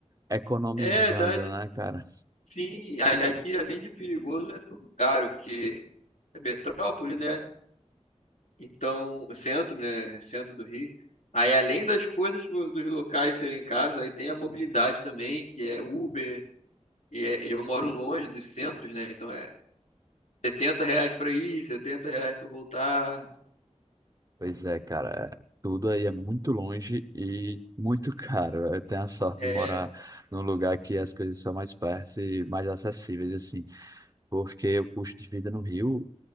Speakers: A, on the right; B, on the left.
A: economizando,
B: É, dá,
A: né, cara?
B: Sim, a- aqui além de perigoso é tudo caro, porque é metrópole, né? Então, o centro, né? Centro do Rio. Aí além das coisas do- dos locais serem caros, aí tem a mobilidade também, que é Uber, e é- eu moro longe dos centros, né? Então é 70 reais pra ir, 70 reais pra voltar.
A: Pois é, cara, é- tudo aí é muito longe e muito <laughs> caro. Eu tenho a sorte
B: É,
A: de morar num lugar que as coisas são mais perto e mais acessíveis, assim, porque o custo de vida no Rio